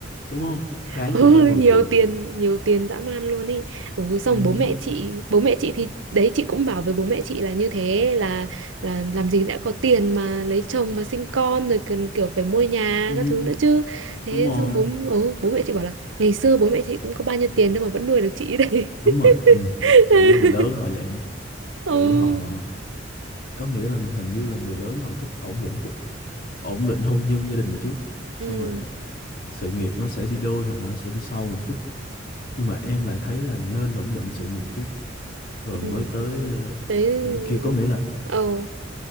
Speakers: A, on the left; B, on the right.
A: Đúng không? Tháng
B: ừ,
A: cũng phải mười
B: nhiều
A: triệu.
B: tiền nhiều tiền dã man luôn ý ừ, xong
A: Ừ,
B: bố mẹ chị bố mẹ chị thì đấy chị cũng bảo với bố mẹ chị là như thế là là làm gì đã có tiền mà lấy chồng mà sinh con rồi cần kiểu phải mua nhà
A: ừ,
B: các thứ nữa chứ thế
A: đúng rồi,
B: xong bố ừ, bố mẹ chị bảo là ngày xưa bố mẹ chị cũng có bao nhiêu tiền đâu mà vẫn nuôi được chị đấy
A: đúng rồi. Ừ.
B: <laughs>
A: Kiểu người lớn họ vậy. á.
B: ừ
A: Kiểu họ có nghĩa là hình như là người lớn họ thích ổn định cuộc ổn định hôn nhân gia đình trước xong
B: ừ
A: rồi sự nghiệp nó sẽ đi đôi hoặc là nó sẽ đi sau một chút nhưng mà em lại thấy là nên ổn định sự nghiệp trước rồi
B: ừ
A: mới tới ờ,
B: thế
A: những cái kia có
B: ừ
A: nghĩa là
B: ờ,